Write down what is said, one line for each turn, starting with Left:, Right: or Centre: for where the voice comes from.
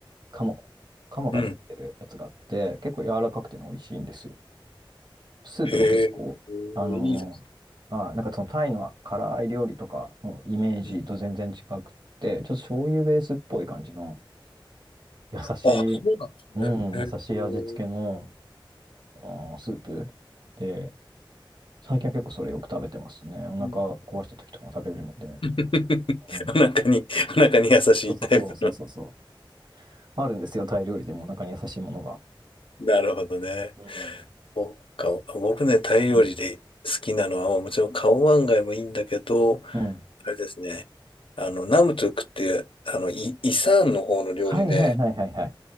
Right: 鴨。鴨が乗ってるやつがあって、
Left: うん
Right: 結構柔らかくてね美味しいんですよ。スープも結構、
Left: へえ、
Right: あのーあなんかそのタイの辛い料理とかのイメージと全然違くって、
Left: いいですね。うん
Right: ちょっと醤油ベースっぽい感じの、優しい、
Left: あ、そうなんですね。
Right: うん、優しい味付けの、
Left: へえ、う
Right: あースープで、最近は結構それよく食べてますね。お腹壊した時とかも食べれるので。
Left: ん <laughs>
Right: うん。
Left: お腹に、お腹に優しいタイプの。
Right: そうそうそうそうそうそう。あるんですよ、タイ料理でもお腹に優しいものが。
Left: なるほどね。
Right: うん。
Left: そうか、僕ね、タイ料理で好きなのは、
Right: うん。
Left: もちろんカオマンガイもいいんだけど、
Right: うん。
Left: あれですね、あの、ナムトゥクっていう、あの、イ、イサンの方の料理で、
Right: はいはいはいはいはい。